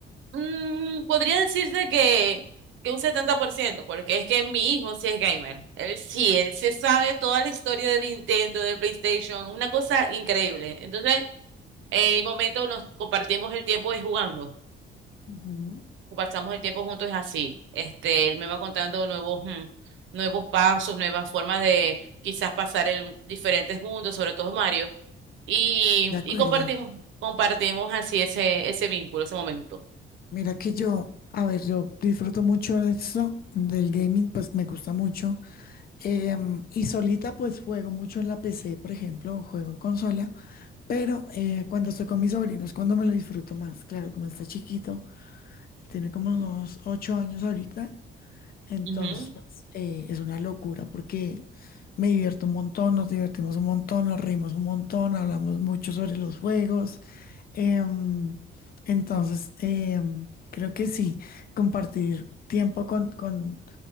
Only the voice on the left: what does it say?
Ujú.
De acuerdo.
Mira que yo, a ver, yo disfruto mucho de esto, del gaming, pues me gusta mucho. Em, y solita, pues juego mucho en la PC, por ejemplo, o juego en consola. Pero eh, cuando estoy con mis sobrinos, cuando me lo disfruto más. Claro, como está chiquito, tiene como unos ocho años ahorita. Entonces,
pues, eh, es una locura porque me divierto un montón, nos divertimos un montón, nos rimos un montón, hablamos mucho sobre los juegos. Em, entonces, em, creo que sí, compartir tiempo con, con,